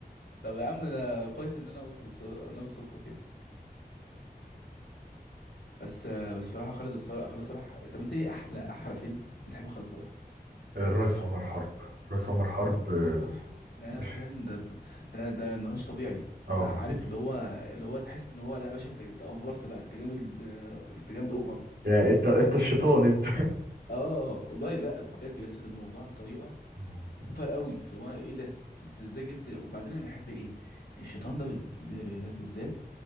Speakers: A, on the left; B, on the right.
A: طب يا عم ده كويس إن أنا قلت بالص- أنا بالصدفة كده بس آه، بس بصراحة خالد الصالح خالد صالح طب أنت إيه أحلى أحلى فيلم بتحبه خالد صالح
B: الرئيس عمر حرب الرئيس عمر حرب آه،
A: اوف ده
B: باشا
A: كان ده ده ده ما كانش طبيعي
B: اه
A: ده عارف اللي هو اللي هو تحس اللي هو لا يا باشا انت انت افرت بقى انت جامد آه، انت جامد اوفر
B: يعني انت انت الشيطان انت
A: اه والله لا بجد جسد الموضوع بطريقه
B: <laughs> مم.
A: اوفر قوي اللي هو ايه ده انت ازاي جبت وبعدين انا بحب ايه الشيطان ده بز... ب- بالذات